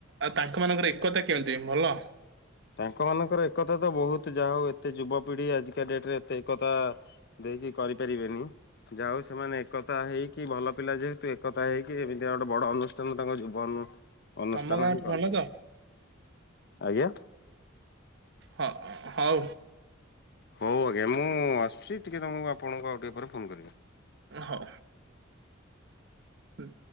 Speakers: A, on the right; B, on the left.
A: ଆଉ ତାଙ୍କମାନଙ୍କର ଏକତା କେମିତି ଭଲ?
B: ତାଙ୍କମାନଙ୍କର ଏକତା ତ ବହୁତ ଯାହା ହଉ ଏତେ ଯୁବପିଢି ଆଜିକା ଡେଟରେ ଏତେ ଏକତା ଦେଇକି କରିପାରିବେନି। ଯାଉ ସେମାନେ ଏକତା ହେଇକି ଭଲ ପିଲା ଯେହେତୁ ଏକତା ହେଇକି ଏମିତି ଗୋଟେ ବଡ ଅନୁଷ୍ଠାନ ତାଙ୍କ ଜୀବନ ଅନୁଷ୍ଠାନ
A: ତମ ଗାଁଠୁ
B: ହିଁ କଲେ।
A: ଭଲ ତ?
B: ଆଜ୍ଞା
A: ହଁ ହଉ।
B: ହଉ ଆଜ୍ଞା ମୁଁ ଆସୁଛି ଟିକେ ତୁମକୁ ଆପଣଙ୍କ ଆଉ ଟିକେ ଉପ ପରେ ଫୋନ୍ କରିବା
A: ହଁ। ହୁଁ।